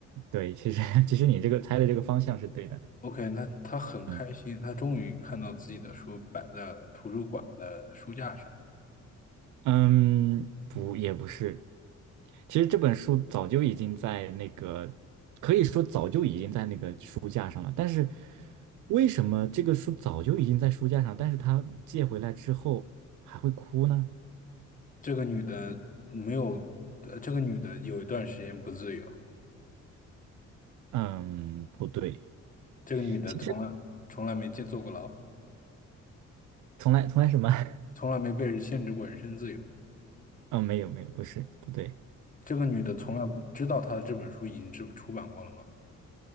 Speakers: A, on the right; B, on the left.
A: 对，其实 <laughs> 其实你这个猜的这个方向是对的。
B: OK，那她很开心，
A: 嗯。
B: 她终于看到自己的书摆在图书馆的书架上。
A: 嗯，不，也不是。其实这本书早就已经在那个，可以说早就已经在那个书架上了。但是为什么这个书早就已经在书架上，但是他借回来之后还会哭呢？
B: 这个女的没有，呃，这个女的有一段时间不自由，
A: 嗯，不对，
B: 这个女的从来从来没见坐过牢，
A: 其实从来从来什么？<laughs>
B: 从来没被人限制过人身自由。
A: 嗯，没有没有，不是，不对。
B: 这个女的从来不知道她的这本书已经出出版过了吗？